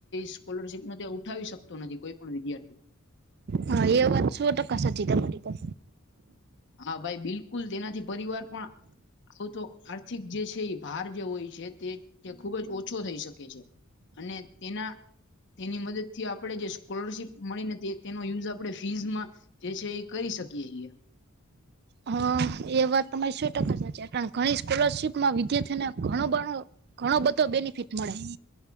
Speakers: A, on the left; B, on the right.
A: સ્કોલરશીપ નો તે ઉઠાવી શકતો નથી. કોઈ પણ વિદ્યાર્થી
B: હા એ વાત સો ટકા સાચી તમારી પર.
A: હા ભાઈ બિલકુલ તેનાથી પરિવાર પણ આવું તો આર્થિક જે છે એ ભાર જે હોય છે તે તે ખુબ ઓછો થઈ શકે. અને તેના તેની મદદ થી આપણે જે સ્કોલરશીપ મળી ને તે તેનો યુઝ આપણે ફીઝમાં જે છે એ કરી શકીએ છીએ.
B: હ એ વાત તમારી સો ટકા સાચી. ઘણી સ્કોલરશીપ માં વિદ્યાર્થીઓને ઘણો બણો ઘણો બધો બેનિફિટ મળે.